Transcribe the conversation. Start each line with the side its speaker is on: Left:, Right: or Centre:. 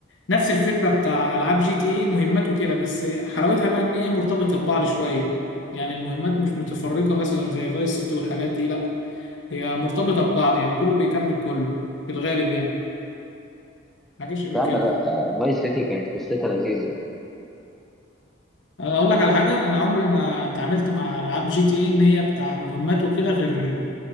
Left: نفس الفكرة بتاع العاب جي تي ايه مهمات وكده بس حلاوتها بقى ان هي مرتبطة ببعض شوية يعني المهمات مش متفرقة مثلا زي فايس سيتي والحاجات دي لا هي مرتبطة ببعض يعني كله بيكمل كله في الغالب يعني حاجة شبه
Centre: بس يا
Left: كده
Centre: عم لا فايس سيتي كانت قصتها لذيذة
Left: أه، أقول لك على حاجة أنا عمري ما اتعاملت مع ألعاب جي تي إيه إن هي بتاع مهمات وكده غير